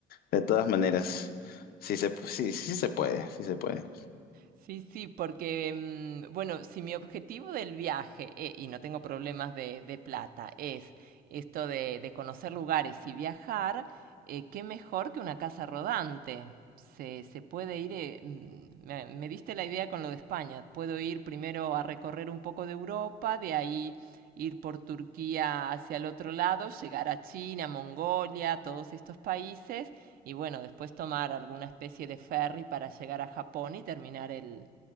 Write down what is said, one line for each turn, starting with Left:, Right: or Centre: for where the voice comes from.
Left: De todas maneras, sí se, pu- sí, sí se puede, sí se puede.
Right: Sí, sí, porque, mm, bueno, si mi objetivo del viaje, eh, y no tengo problemas de, de plata, es esto de, de conocer lugares y viajar, eh, qué mejor que una casa rodante. Se, se puede ir, eh, mm, me, me diste la idea con lo de España, puedo ir primero a recorrer un poco de Europa, de ahí ir por Turquía hacia el otro lado, llegar a China, Mongolia, todos estos países y bueno, después tomar alguna especie de ferry para llegar a Japón y terminar el...